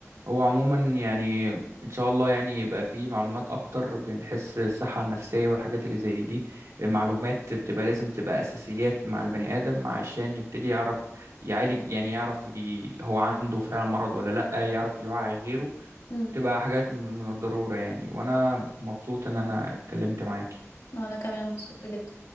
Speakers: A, on the right; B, on the left.
A: هو عموما يعني ان شاء الله يعني يبقى فيه معلومات اكتر بنحس الصحة النفسية والحاجات اللي زي دي معلومات بتبقى لازم تبقى اساسيات مع البني ادم عشان يبتدي يعرف يعالج يعني يعرف ي... هو عنده فعلا مرض ولا لا يعرف يوعي غيره
B: امم
A: تبقى حاجات من الضرورة يعني وأنا مبسوط إن أنا اتكلمت معاك
B: وانا كمان انبسطت جدا